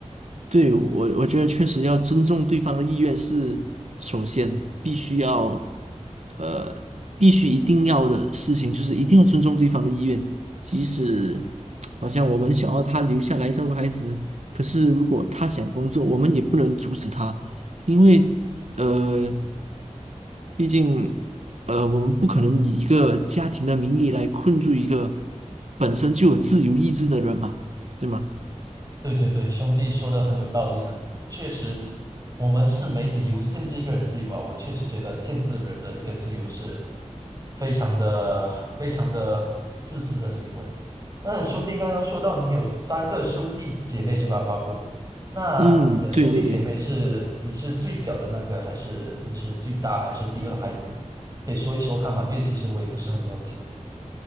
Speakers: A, on the right; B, on the right.
A: 对，我我觉得确实要尊重对方的意愿是首先必须要，呃，必须一定要的事情就是一定要尊重对方的意愿，即使好像我们想要他留下来照顾孩子，可是如果他想工作，我们也不能阻止他，因为呃，毕竟呃，我们不可能以一个家庭的名义来困住一个本身就有自由意志的人嘛，对吗？
B: 对对对，兄弟说的很有道理啊，确实，我们是没理由限制一个人自由啊。我确实觉得限制人的一个自由是非常的、非常的自私的行为。那兄弟刚刚说到你有三个兄弟姐妹是吧？包括你，那你的兄弟姐妹是你是最小的那个，
A: 嗯，对对对。
B: 还是你是最大，还是第二孩子？可以说一说看嘛，因为其实我也不是很了解。